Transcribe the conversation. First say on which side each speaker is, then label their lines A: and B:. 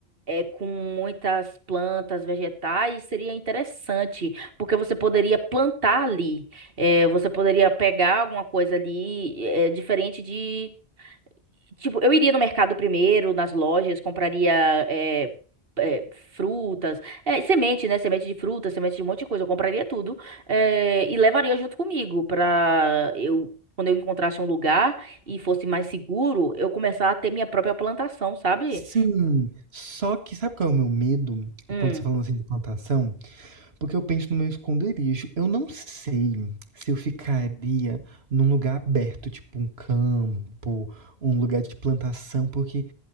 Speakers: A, on the right (about 65°); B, on the right (about 85°).
A: é, com muitas plantas vegetais, seria interessante, porque você poderia plantar ali, É, você poderia pegar alguma coisa ali, é, diferente de Tipo, eu iria no mercado primeiro, nas lojas, compraria é, é, frutas, é, semente, né? Semente de fruta, semente de um monte de coisa. Eu compraria tudo é, e levaria junto comigo pra eu, quando eu encontrasse um lugar e fosse mais seguro, eu começar a ter minha própria plantação, sabe?
B: Sim, só que sabe qual é o meu medo
A: Hum.
B: quando você tá falando assim de plantação? Porque eu penso no meu esconderijo. Eu não sei se eu ficaria num lugar aberto, tipo um campo, um lugar de plantação, porque,